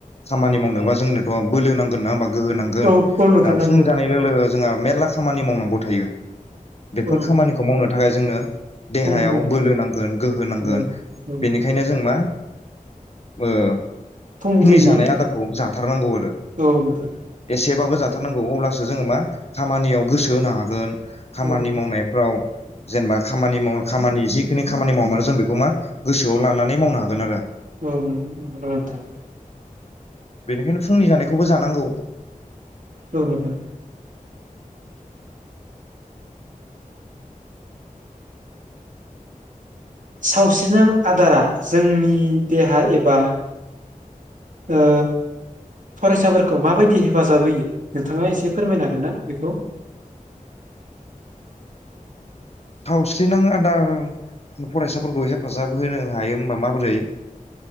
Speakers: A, on the left (about 45°); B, on the right (about 60°).
A: खामानि मावनोबा जोंनोथ' बोलो नांगोन ना ओमबा। गोहो नांगोन
B: औ औ नोंथां
A: दा
B: नांगौ
A: फुं जानाय लोगो लोगो जोंहा मेरला खामानि मावनांगौ थायो। बेफोर
B: औ नोंथां
A: खामानिखौ मावनो थाखाय जोंनो देहायाव
B: फुंबिलि
A: बोलो नांगोन गोहो नांगोन
B: औ औ नोंथां
A: बेनिखायनो जों मा ओ।
B: फुंबिलिनि
A: फुंनि जानाय आदारखौ जाथारनांगौ आरो
B: औ नोंथां
A: एसेबाबो जाथारनांगौ अब्ला जोङो मा खामानियाव गोसो होनो हागोन। खामानि
B: औ
A: मावनायफ्राव जेनेबा खामानि माव खामानि जिखिनि खामानि मावामानो जों बेखौ मा गोसोआव लानानै मावनो हागोन आरो।
B: औ नोंगौ नोंथां।
A: बेनिखायनो फुंनि जानायखौबो जानांगौ।
B: औ‌ नोंथां। सावस्रिना आदारा जोंनि देहा एबा ओ फरायसाफोरखौ माबायदि हेफाजाब होयो नोंथाङा एसे फोरमायनो हागोन ना बेखौ
A: सावस्रिनां आदार फरायसाफोरखौ हेफाजाब होनो हायो होमबा माबोरै